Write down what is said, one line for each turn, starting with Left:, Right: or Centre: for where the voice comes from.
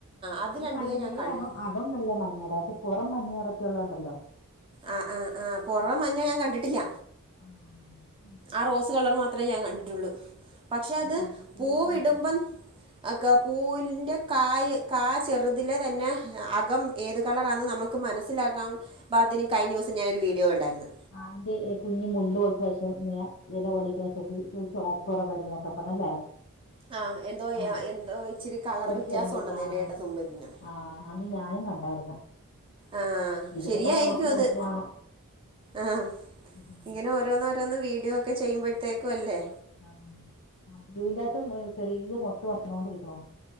Right: അത്
Left: ഈ
Right: രണ്ടുമേ
Left: മഞ്ഞേടെ
Right: ഞാൻ കണ്ടിട്ട്
Left: അകം ആ കം മുഴുവൻ മഞ്ഞെടെ പ്പൊ പുറം മഞ്ഞ നിറത്തിലൊണ്ടല്ലോ
Right: ആഹ് ആഹ് ആഹ് പുറം മഞ്ഞ ഞാൻ കണ്ടിട്ടില്ല
Left: ആഹ് അത്
Right: ആ റോസ് കളർ മാത്രേ ഞാൻ കണ്ടിട്ടുള്ളൂ. പക്ഷെ അത്
Left: സോനിക്കൂടൊക്കെ
Right: പൂവിടുമ്പം
Left: കണ്ടിട്ടുണ്ട്
Right: ഒക്കെ പൂവിൻ്റെ കായ് കാചെറുതിലെ തന്നെ അകം ഏത് കളറാണ് നമുക്ക് മക്ക് മനസ്സിലാകാം പാത്തിന് കഴിഞ്ഞിസം ഞാനൊരു വീഡിയോ കണ്ടായിര്ന്ന്
Left: ആഹ് മറ്റെ കുഞ്ഞ്മുല്ല് മൊളിച്ചവശ്യം ഇങ്ങനെ ഇല പറിക്കനകുതിച്ച് ഓപ്പ്റം വരുന്നക്കെ പറഞ്ഞല്ലേ
Right: ആഹ് എന്തോ യാ
Left: ആ
Right: എന്തോ ഇച്ചിരി കളറ്
Left: ഒരു
Right: വ്യത്യാസവോണ്ടെന്നെലയുടെ
Left: ചെറിയ ആ
Right: തുമ്പരിഞ്ഞൊ
Left: ആ അത് ഞാനും കണ്ടായിരുന്നു.
Right: ആഹ്
Left: ഇതൊക്കെ
Right: ശരിയായിരിക്കും
Left: തന്നെ നമുക്ക്
Right: അത്.
Left: മനസ്സിലാവണം
Right: ആഹ്
Left: ഉം
Right: ഇങ്ങനെ ഓരോന്ന് ഓരോന്ന് വീഡിയോക്കെ ചെയ്യുമ്പോഴത്തേക്കും അല്ലേ.
Left: അം ഇതിന്റെഅത്ത്ന്ന് ചെറിയ മൊട്ട് വന്നൊണ്ടിരിക്കണം